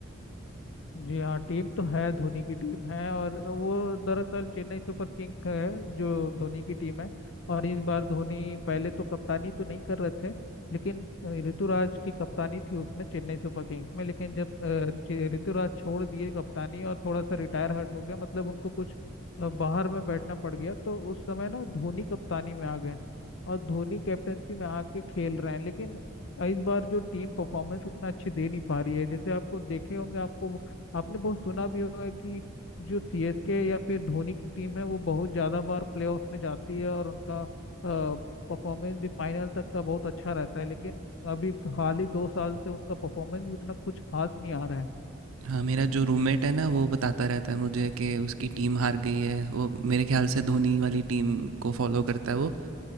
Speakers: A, on the left; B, on the right.
A: जी हाँ टीम तो है धोनी की टीम है और वो दरअसल चेन्नई सुपर किंग का है जो धोनी की टीम है और इस बार धोनी पहले तो कप्तानी तो नहीं कर रहे थे लेकिन अ, ऋतुराज की कप्तानी थी उसमें चेन्नई सुपर किंग्स में लेकिन जब अ, चे- ऋतुराज छोड़ दिए कप्तानी और थोड़ा सा रिटायर हर्ट हो गया मतलब उनको कुछ अ, बाहर में बैठना पड़ गया तो उस समय ना धोनी कप्तानी में आ गए और धोनी कैप्टेंसी में आके खेल रहे हैं लेकिन इस बार जो टीम परफॉर्मेंस उतना अच्छी दे नहीं पा रही है जैसे आपको देखे होंगे आपको आपने बहुत सुना भी होगा कि जो सीएसके या फिर धोनी की टीम है वो बहुत ज़्यादा बार प्लेऑफ में जाती है और उनका परफॉर्मेंस भी फाइनल तक का बहुत अच्छा रहता है लेकिन अभी हाल ही दो साल से उनका परफॉर्मेंस भी उतना कुछ खास नहीं आ रहा है
B: हाँ मेरा जो रूममेट है ना वो बताता रहता है मुझे कि उसकी टीम हार गई है वो मेरे ख्याल से धोनी वाली टीम को फॉलो करता है वो